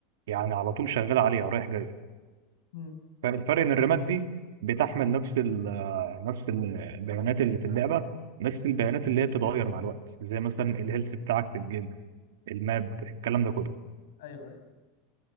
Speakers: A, on the right; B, on the left.
A: يعني على طول شغال عليها ورايح جاي
B: امم
A: فالفرق إن الرامات دي بتحمل نفس ال نفس ال- البيانات اللي في اللعبة بس البيانات اللي هي بتتغير مع الوقت زي مثلا الهيلث بتاعك في الجيم الماب الكلام ده كله
B: ايوه ايوه